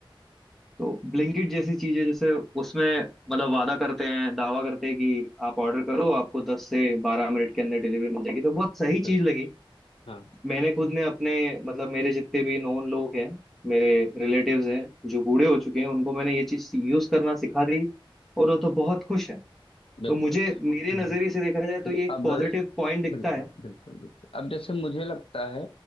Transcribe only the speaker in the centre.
तो ब्लिंकिट जैसी चीजें जैसे उसमें मतलब वादा करते हैं दावा करते हैं कि आप ऑर्डर करो आपको दस से बारह मिनट के अंदर डिलीवरी मिल जाएगी तो बहुत सही
चीज लगी
मैंने खुद ने अपने मतलब मेरे जितने भी नोन लोग हैं मेरे रिलेटिव्स हैं जो बूढ़े हो चुके हैं उनको मैंने ये चीज यूज करना सिखा दी और वो तो बहुत खुश है
तो मुझे मेरे
नजरिए
से देखा जाए तो ये एक
पॉजिटिव पॉइंट दिखता
है